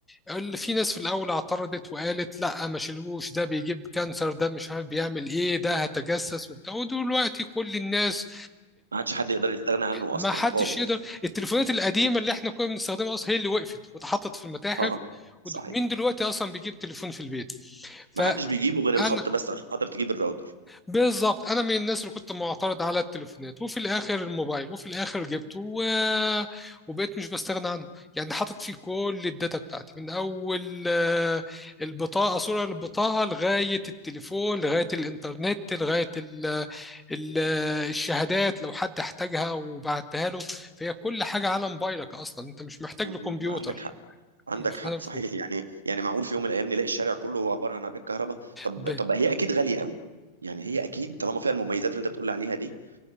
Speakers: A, in the centre; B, on the right.
A: اللي في ناس في الاول اعترضت وقالت لا ما شيلوش ده بيجيب كانسر ده مش عارف بيعمل ايه ده هتجسس وبتاع ودلوقتي كل الناس
B: ما عادش حد يقدر يستغنى عنه
A: ما
B: اصلا
A: حدش
B: خالص
A: يقدر التليفونات القديمه اللي احنا كنا بنستخدمها اصلا هي اللي وقفت واتحطت في المتاحف
B: اه صحيح
A: ود- مين دلوقتي اصلا بيجيب تليفون في البيت فانا
B: ما حدش بيجيبه غير الخط بس عشان خاطر تجيب الراوتر
A: بالظبط انا من الناس اللي كنت معترض على التليفونات وفي الاخر الموبايل وفي الاخر جبته و... وبقيت مش بستغنى عنه يعني حاطط فيه كل الداتا بتاعتي من اول آه، البطاقه صوره البطاقه لغايه التليفون لغايه الانترنت لغايه ال... ال... الشهادات لو حد احتاجها وبعتها له فهي كل حاجه على موبايلك اصلا انت مش محتاج
B: م-
A: لكمبيوتر
B: م- عندك حق عندك
A: مش
B: حق
A: محتاج
B: صحيح يعني يعني معقول في يوم من الايام نلاقي الشارع كله هو عباره عن عربيه كهرباء طب
A: ب...
B: طب هي اكيد غاليه قوي يعني هي اكيد طالما فيها المميزات اللي انت بتقول عليها دي